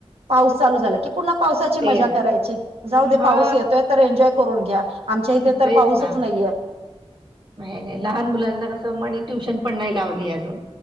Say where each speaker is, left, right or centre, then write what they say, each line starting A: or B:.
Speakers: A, on the right (about 65°); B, on the right (about 45°).
A: पाऊस चालू झाला की पुन्हा पावसाची
B: तेच
A: मजा करायची
B: हं,
A: जाऊ दे
B: हा
A: पाऊस येतोय तर एन्जॉय करून घ्या. आमच्या इथे तर
B: तेच
A: पाऊसच
B: ना
A: नाहीये.
B: नाही नाही लहान मुलांना कसं म्हनी ट्यूशन पण नाही लावली अजून